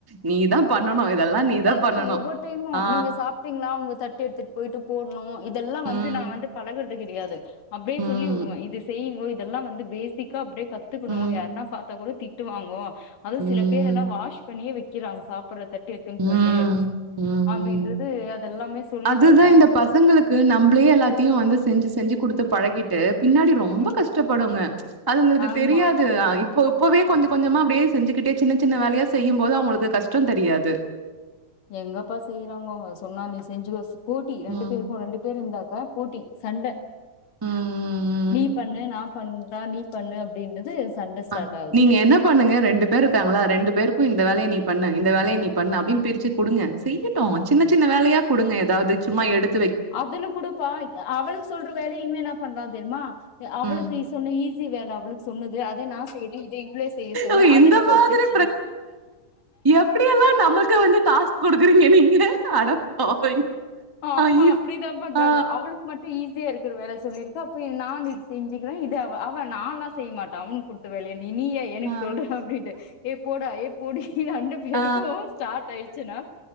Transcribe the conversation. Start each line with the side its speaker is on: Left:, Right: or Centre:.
Right: நீ தா பண்ணணு இதெல்லா நீதா பண்ணணு
Left: க்கு ஒவ்வொரு டைமு
Right: ஆ
Left: நீங்க சாப்ட்டீங்ளா உங்க தட்ட எடுத்துட் போய்ட்டு போட்ணு இதெல்லா வந்து
Right: ம்
Left: நான் பழகுறது கிடையாது அப்டியே
Right: ம்
Left: சொல்லி விடுவ இது செய்யுங்கோ இதெல்லா வந்து பேசிக்கா அப்டே கத்துக்கணு
Right: ம்
Left: யாருன்னா பாத்தா கூட திட்டுவாங்கோ அது
Right: ம்
Left: சில பேர் எல்லா வாஷ் பண்ணியே வைக்கிறாங்க சாப்டுற தட்ட எத்துன்
Right: ம்
Left: போய்ட்டு
Right: ம்
Left: அப்டின்றது
Right: ம்
Left: அதெல்லாமே சொல்லி
Right: அதுதா
Left: தருவே
Right: இந்த பசங்களுக்கு நம்பளே எல்லாத்தையு வந்து செஞ்சு செஞ்சு குடுத்து பழகிட்டு பின்னாடி ரொம்ப
Left: ம்
Right: கஷ் கஷ்டப்படுங்க அதுங்களுக்கு
Left: ஆமா
Right: தெரியாது அ இப் போ இப்பவே கொஞ்சோ கொஞ்சமா அப்டியே செஞ்சுக்கிட்டே சின்ன சின்ன வேலையா செய்யும்போது அவுங்களுக்கு கஷ்டோ தெரியாது
Left: எங்கப்பா செய்றாங்கோ அவங்க சொன்னா நீ செஞ்சு வச் போட்டி ரெண்டு
Right: ம்
Left: பேருக்கும் ரெண்டு பேரு இருந்தாக்க போட்டி சண்ட
Right: ம் ம் ம்
Left: நீ பண்ணு நா பண்றே நீ பண்ணு அப்டின்றது சண்ட ஸ்டார்ட்
Right: ஆ
Left: ஆவுது
Right: நீங்க என்ன பண்ணுங்க ரெண்டு பேர் இருக்காங்களா ரெண்டு பேருக்கு இந்த வேலைய நீ பண்ணு இந்த வேலைய நீ பண்ணு அப்டின்னு பிரிச்சு குடுங்க செய்ய ட்டு சின்ன சின்ன வேலையா குடுங்க எதாவது சும்மா எடுத்
Left: அதுல கூடப்பா அவளுக்கு சொல்ற வேலையுமே இவ என்ன பண்றான் தெரியுமா அவளுக்கு
Right: ம்.
Left: இஸ் சொன்ன ஈஸி வேல அவளுக் சொன்னுது அதை நான் செய்றே இத இவளே செய்ய சொல்லு
Right: ஓ
Left: அதுலயே
Right: இந்த மாதிரி
Left: ஒரு பிரச்சன
Right: எப்படியெல்லாம் நமக்கு வந்து டாஸ்க் குடுக்குறீங்க நீங்க? அட பாவிங்களா.
Left: ஆமா
Right: ஐயோ!
Left: அப்டிதா பண்றாங்க
Right: ஆ.
Left: அவளு க்கு மட்டும் ஈஸியா இருக்குற வேல சொல்லிருக்க அப்போ நா இது செஞ்சுக்குற இது அவ அவ நான்லா செய்ய மாட்ட அவனுக்கு குடு த்து வேலைய நீயே எனக்கு
Right: ஆ.
Left: சொல்றா அப்டின்ட்டு ஏ போடா ஏ போடி ரெண்டு பேருக்கும்
Right: ஆ.
Left: ஸ்டார்ட் ஆயிடுச்சுனா